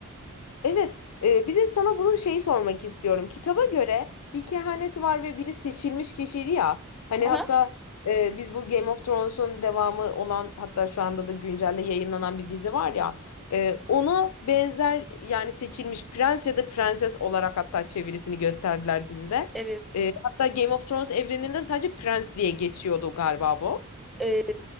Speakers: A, on the left (about 80°); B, in the centre.
A: Evet, e, bir de sana bunun şeyi sormak istiyorum. Kitaba göre bir kehanet var ve biri seçilmiş kişiydi ya. Hani
B: Aha,
A: hatta e, biz bu Game of Thrones'un devamı olan hatta şu anda da güncelde yayınlanan bir dizi var ya. e, ona benzer yani seçilmiş prens ya da prenses olarak hatta çevirisini gösterdiler dizide.
B: evet.
A: E, hatta Game of Thrones evreninde sadece prens diye geçiyordu galiba bu.
B: Ee,